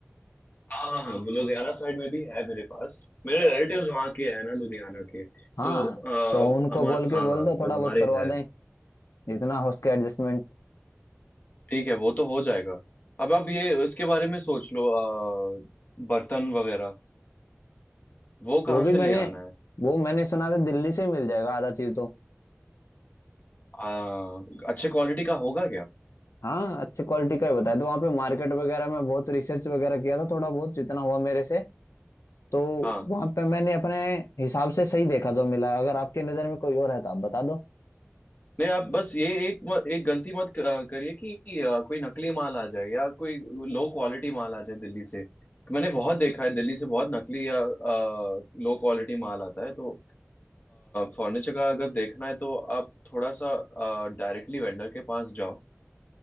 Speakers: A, on the left; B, on the left.
A: हाँ हाँ हाँ वो लुधियाना साइड में भी है मेरे पास मेरे रिलेटिव्स वहाँ के हैं ना लुधियाना के
B: हाँ
A: तो आ,
B: तो उनको
A: हमार
B: बोल के
A: हाँ
B: बोल
A: हाँ
B: दो
A: तो
B: थोड़ा बहुत
A: हमारे
B: करवा
A: है
B: दें जितना हो सके एडजस्टमेंट
A: ठीक है वो तो हो जाएगा अब आप ये इसके बारे में सोच लो आ, बर्तन वगैरह वो कहाँ
B: वो भी
A: से ले
B: मैंने
A: आना है
B: वो मैंने सुना था दिल्ली से ही मिल जाएगा आधा चीज तो
A: आ, अच्छे क्वालिटी का होगा
B: हाँ अच्छी क्वालिटी का ही बताया तो वहाँ पे मार्केट वगैरह में बहुत रिसर्च वगैरह किया था थोड़ा बहुत जितना हुआ मेरे से तो
A: क्या
B: वहाँ पे मैंने अपने हिसाब से सही देखा जो मिला अगर आपके नज़र में कोई और है तो आप बता दो
A: नहीं आप बस ये एक म, एक गलती मत क- अ, करिए कि अ, कोई नकली माल आ जाए या कोई लो क्वालिटी माल आ जाए दिल्ली से मैंने बहुत देखा है दिल्ली से बहुत नकली या लो क्वालिटी माल आता है तो फर्नीचर का अगर देखना है तो आप थोड़ा सा डायरेक्टली वेंडर के पास जाओ